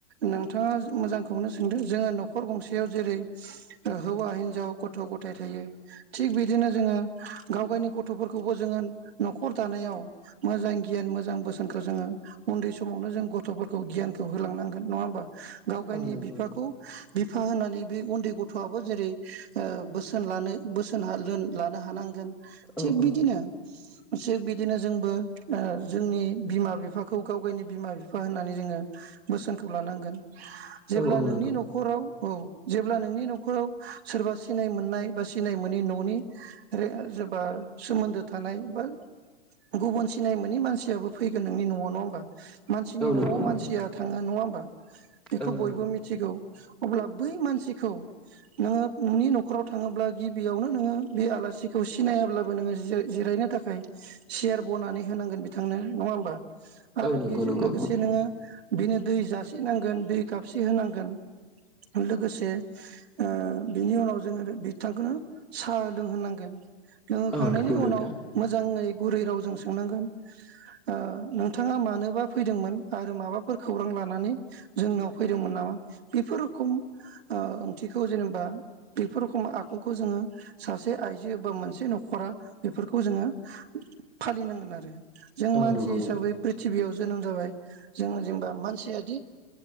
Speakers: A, on the right (about 75°); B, in the centre.
A: नोंथाङा मोजांखौनो सोंदों जोङो न'खर गंसेयाव जेरै। हौवा हिनजाव गथ' गथाय थायो थिग बिदिनो जोङो गाव गावनि गथ'फोरखौबो जोङो। न'खर दानायाव मोजां गियान मोजां बोसोनखौ जोङो उन्दै सम। समावनो जों गथ'फोरखौ गियानखौ होलांनांगोन नङा होमबा गाव गावनि
B: औ नंगौ
A: बिफाखौ
B: नंगौ
A: बिफा होनानै। बे उन्दै गथ'आबो जेरै ओ बोसोन लानो बोसोन लानो हानांगोन। थिग
B: औ औ
A: बिदिनो। थिग बिदिनो जोंबो ओ जोंनि बिमा बिफाखौ गाव गायनि। बिमा बिफा होननानै जोङो बोसोनखौ लानांगोन जेब्ला
B: औ औ
A: नोंनि
B: नंगौ
A: न'खराव। औ जेब्ला नोंनि न'खराव सोरबा सिनाय मोननाय बा। सिनाय मोनि न'नि जेबा सोमोन्दो थानाय बा। गुबुन सिनाय मोनै मानसियाबो फैगोन नोंनि न'आव नङा होमबा। मानसिनि
B: औ
A: न'आव
B: नंगौ नंगौ
A: मानसिया थाङो नङा। बेखौ
B: औ नंगौ
A: बयबो मिथिगौ अब्ला बै मानसि। खौ नोङो नोंनि न'खराव थाङोब्ला गिबियावनो नोङो बे आलासिखौ सिनायाब्लाबो नोङो। जिरायनो थाखाय सियार बनानै होनांगोन बिथांनो नङा होमबा। आरो
B: औ नंगौ
A: बेजों
B: नंगौ
A: लोगोसे नोङो बिनो दै जासिनांगोन दै खाबसे होनांगोन। लोगोसे ओ बिनि उनाव जोङो बिथांखौनो साहा लोंहोनांगोन। लोंहोखांनायनि
B: औ नंगौ नोंथां
A: उनाव मोजाङै गुरै रावजों सोंनांगोन ओ नों। थाङा मानोबा फैदोंमोन आरो माबाफोर खौरां लानानै जोंनाव फैदोंमोन नामा बेफोर। खम ओ ओंथिखौ जेनेबा। बेफोर रख आखुखौ जोङो सासे आइजो बा मोनसे न'खरा बेफोरखौ जोङो। फालिनांगोन आरो। जों
B: औ
A: मानसि
B: नंगौ
A: हिसाबै
B: नंगौ
A: गिबियाव जोनोम जाबाय। जोङो जेनेबा मानसियादि